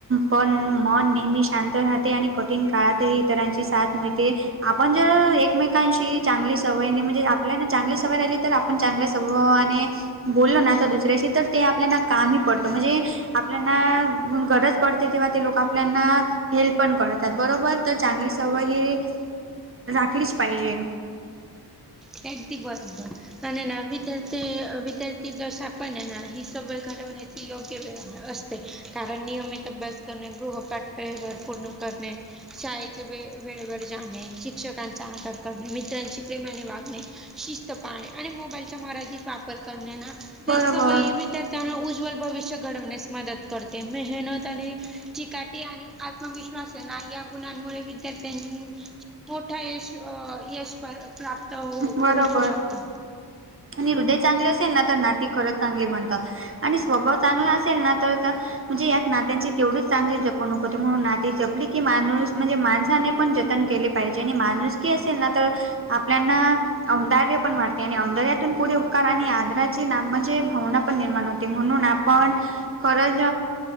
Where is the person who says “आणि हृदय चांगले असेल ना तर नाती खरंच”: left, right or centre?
Right